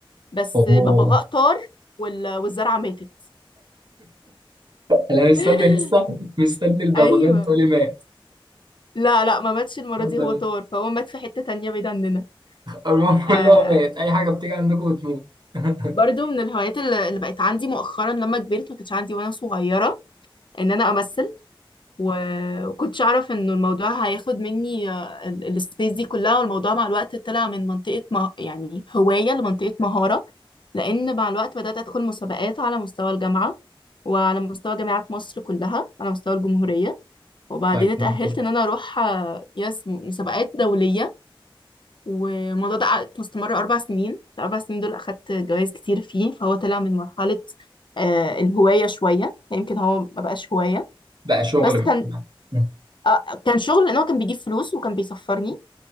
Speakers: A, on the left; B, on the right.
A: بس
B: أوه
A: الببغاء طار وال... والزرعة ماتت
B: أنا مستني
A: <laughs>
B: لسه مستني الببغان
A: ايوه
B: تقولي مات
A: لا لا ما ماتش المرة
B: الحمد
A: دي
B: لله
A: هو طار فهو مات في حتة تانية بعيد عننا
B: المهم
A: آه
B: <laughs> اللي هو مات أي حاجة بتيجي عندكم بتموت <laughs>
A: برضو من الهوايات اللي اللي بقت عندي مؤخرا لما كبرت ما كانتش عندي وانا صغيرة ان انا امثل و- وكنتش اعرف انه الموضوع هياخد مني آه، ال- السبيس دي كلها والموضوع مع الوقت طلع من منطقة مه... يعني هواية لمنطقة مهارة لان مع الوقت بدأت ادخل مسابقات على مستوى الجامعة وعلى مستوى جامعات مصر كلها على مستوى الجمهورية وبعدين
B: طيب
A: اتأهلت
B: جميل جدا
A: ان انا اروح آه، يس مسابقات دولية والموضوع ده قعد مستمر أربع سنين في الأربع سنين دول أخدت جوائز كتير فيه فهو طلع من مرحلة آه، الهواية شوية يمكن هو مبقاش هواية
B: بقى شغل
A: بس كان
B: <laughs> م-
A: آه، كان شغل لان هو كان بيجيب فلوس وكان بيسفرني